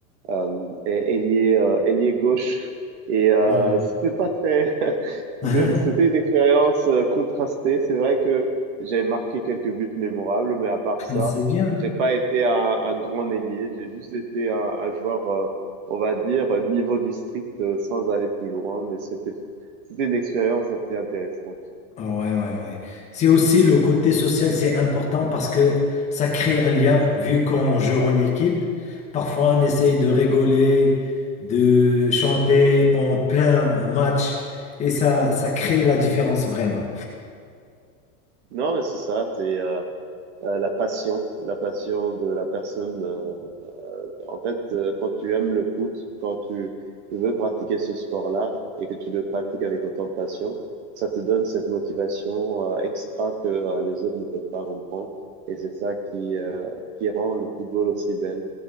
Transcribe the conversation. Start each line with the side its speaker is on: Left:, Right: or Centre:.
Right: euh, et- ailier, euh, ailier gauche. Et euh,
Left: <laughs> Ouais.
Right: c'était pas très, <laughs>
Left: <laughs>
Right: de- c'était une expérience euh, contrastée. C'est vrai que j'ai marqué quelques buts mémorables, mais à part ça,
Left: C'est bien.
Right: j'ai pas été un, un grand ailier. J'ai juste été un, un joueur, euh, on va dire, euh, niveau district, euh, sans aller plus loin. Mais c'était, c'était une expérience assez intéressante.
Left: Ah Ouais, ouais, ouais. C'est aussi le côté social, c'est important parce que ça crée un lien. Vu qu'on joue en équipe, parfois on essaie de rigoler, de chanter en plein match et ça, ça crée la différence vraiment.
Right: Non, mais c'est ça, c'est euh, euh, la passion, la passion de la personne. euh, en fait, euh, quand tu aimes le foot, quand tu veux pratiquer ce sport-là et que tu le pratiques avec autant de passion, ça te donne cette motivation euh, extra que euh, les autres ne peuvent pas comprendre. Et c'est ça qui, euh, qui rend le football aussi belle.